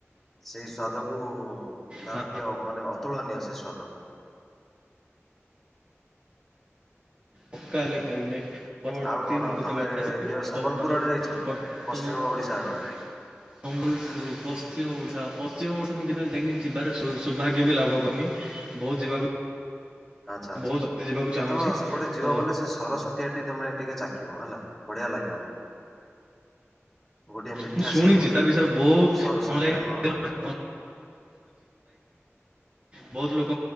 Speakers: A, in the centre; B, on the right.
A: ସେଇ ସ୍ଵାଦକୁ ତାର
B: ଖାଇବି
A: କିଏ ମାନେ ଅତୁଳନୀୟ ସେ ସ୍ଵାଦ।
B: ପକ୍କା ହେଲେ ଖାଇବିିନି? ପରବର୍ତ୍ତୀ
A: ଆଉ କଣ
B: ମୁଁ
A: ଆଉ
B: ଯେତେବେଳେ
A: ତମେ
B: <unintelligible>
A: କେବେ ସମ୍ବଲପୁର
B: ତମ ବର୍ତ୍ତମାନ
A: ଆଡେ ଯାଇଛ? ପଶ୍ଚିମ ଓଡିଶା
B: ସମ୍ବଲପୁର
A: ଆଡେ
B: ପଶ୍ଚିମ ଓଡ଼ିଶା, ପଶ୍ଚିମ ଓଡ଼ିଶା ମୁଁବେଳେ ଜଣି ଯିବାରେ ସୌଭାଗ୍ୟ ବି ଲାଭ କରିନି। ବହୁ ଯିବାକୁ।
A: ଆଛା ଆଛା,
B: ବହୁତ ଜଲଦି ଯିବାକୁ
A: କେତେବେଳେ
B: ଚାହୁଁଛି
A: ସେପଟେ ଯିବ
B: ତ
A: ବୋଲେ ସେ ସରସ ତମେ ଟିକେ ଚାଖିବ ହେଲା, ବଢିଆ ଲାଗିବ। ଗୋଟିଏ ମିଠା
B: ମୁଁ ଶୁଣିଛି
A: ସିଏ ଗୋଟେ,
B: ତା ବିଷୟରେ ବହୁତ
A: ସରସ୍ଵତୀ
B: ଅନଲାଇନ
A: ହଁ
B: <unintelligible> ବହୁତ ଲୋକ।